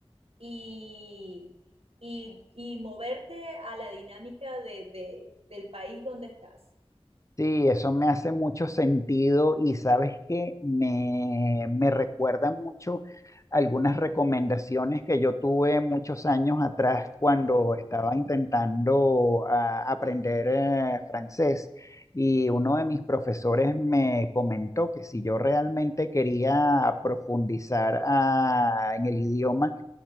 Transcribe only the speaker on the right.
y, y, y moverte a la dinámica de, de- del país donde estás.